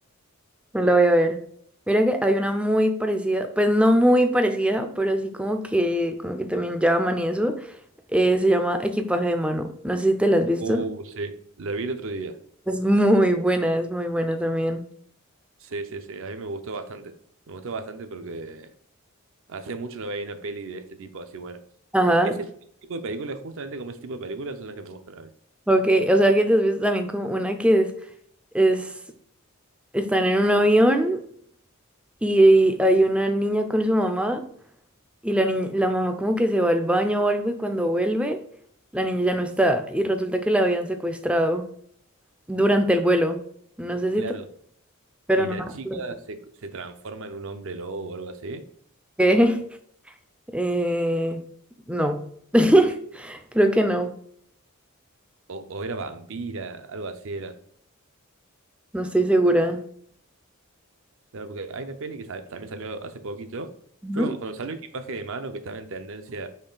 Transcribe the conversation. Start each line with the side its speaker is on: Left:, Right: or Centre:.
Centre: Me la voy a ver. Mira que hay una muy parecida, pues no muy parecida, pero sí como que, como que también llaman y eso. Eh, se llama Equipaje de Mano. No sé si te la has visto.
Right: Uh, sí, la vi el otro día.
Centre: Es muy buena, es muy buena también.
Right: Sí, sí, sí, a mí me gustó bastante. Me gustó bastante porque Hace mucho no veía una peli de este tipo así buena.
Centre: Ajá,
Right: O- Ese tipo de películas, justamente como ese tipo de películas, son las que me gustan a mí.
Centre: ok. O sea que te has visto también como una que es, es, están en un avión y hay una niña con su mamá y la niña, la mamá como que se va al baño o algo y cuando vuelve, la niña ya no está y resulta que la habían secuestrado durante el vuelo. No sé si
Right: Claro.
Centre: te... Pero
Right: Y
Centre: no
Right: la
Centre: me
Right: chica
Centre: acuerdo.
Right: se, se transforma en un hombre lobo o algo así.
Centre: ¿Qué? <laughs> Eh, no. <laughs> Creo que no.
Right: O, o era vampira, algo así era.
Centre: No estoy segura.
Right: Claro, porque hay una peli que sa- también salió hace poquito.
Centre: Ujú.
Right: Fue cuando, cuando salió Equipaje de Mano, que estaba en tendencia